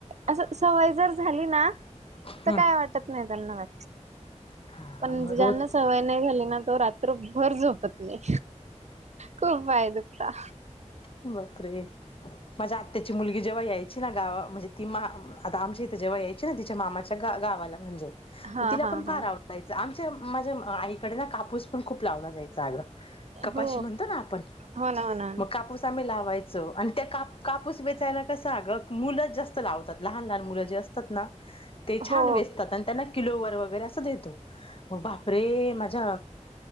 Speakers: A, on the right; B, on the left.
A: असं सवय जर झाली ना,
B: हम्म.
A: तर काय वाटत नाही त्यांना.
B: हा
A: पण
B: मग
A: ज्यांना
B: रोज
A: सवय नाही झाली. ना तो रात्रभर झपत नाही. खूप पाय दुखता,
B: बापरे, माझ्या आत्याची मुलगी जेव्हा यायची ना, गाव म्हणजे ती मा आता आमच्या इथे जेव्हा यायची ना, तिच्या मामाच्या गाव गावाला म्हणजे,
A: हा
B: म तिला
A: हा
B: पण फार
A: हा
B: आवडायचं, आमच्या माझ्या आईकडे ना कापूस पण खूप लावला. जायच अगं, कपाशी
A: हो
B: म्हणतो. ना आपण
A: हो ना हो ना
B: मग कापूस, लावायचं आणि, त्या काप कापूस वेचायला कसं अगं मुलं जास्त लावतात. लहान लहान मुलं जे असतात ना. ते छान
A: हो
B: वेचतात आणि त्यांना. किलो वर वगैरे असं देतो. मग बापरे माझ्या,